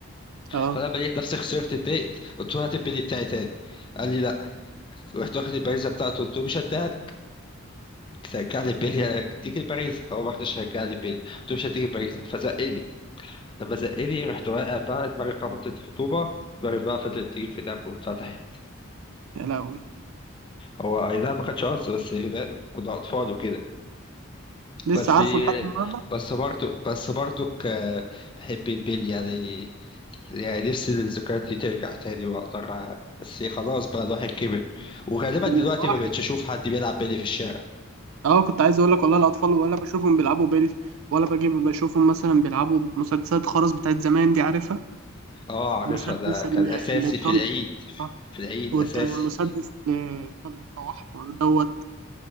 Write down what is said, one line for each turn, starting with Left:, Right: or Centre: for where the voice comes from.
Right: اه
Left: فلما لقيت نفسي خسرت اتضايقت قلت له هات البيلي بتاعي تاني قال لي لا رحت واخد البريزه بتاعته قلت له مش هديها رجع لي بيليا تيجي الباريزا هو ما رضاش يرجع لي بيليا قلت له مش هتيجي الباريزا فزقني لما زقني رحت واقع بقى دماغي خبطت في طوبه دماغي بقى فضلت تيجي في دم واتفتحت
Right: يا لهوي
Left: هو اي نعم ما كانش قصدي بس كنا اطفال وكده
Right: لسه
Left: بس
Right: عارفه لحد النهارده
Left: بس برضه بس برضه ك- بحب البيلي يعني يعني نفسي الذكريات دي ترجع تاني واقدر أ- بس خلاص بقى الواحد كبر وغالبا
Right: وراحت
Left: دلوقتي ما بقتش اشوف حد بيلعب بيلي في الشارع
Right: اه كنت عايز اقول لك والله الاطفال ولا بشوفهم بيلعبوا بيلي ولا بجيب بشوفهم مثلا بيلعبوا بمسدسات خرز بتاعت زمان دي عارفها
Left: اه عارفها
Right: مسدس
Left: ده
Right: ال-
Left: كان اساسي
Right: اللي الطلق
Left: في العيد
Right: ده،
Left: في العيد
Right: وت-
Left: اساسي
Right: مسدس ال- الطلق بتاع احمر دوت